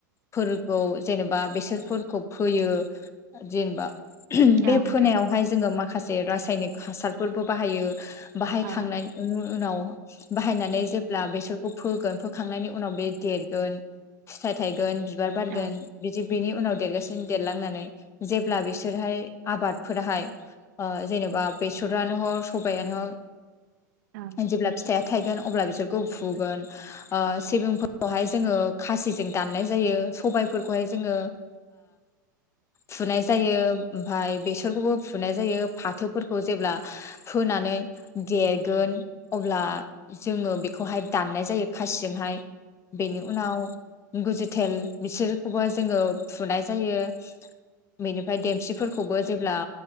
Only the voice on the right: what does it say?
औ
नोंथां
औ
औ
औ